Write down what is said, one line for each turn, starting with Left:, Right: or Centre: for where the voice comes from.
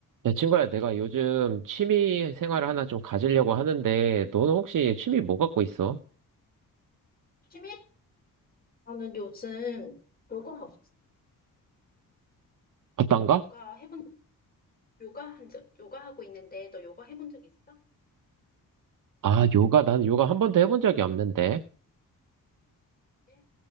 Right: 야, 친구야, 내가 요즘 취미 생활을 하나 좀 가지려고 하는데, 너는 혹시 취미 뭐 갖고 있어?
Left: 취미? 나는 요즘 요가 없어.
Right: 어떤가?
Left: 너 요가 해본, 요가 한 적, 요가 하고 있는데 너 요가 해본 적 있어?
Right: 아, 요가. 나는 요가 한 번도 해본 적이 없는데.
Left: 네?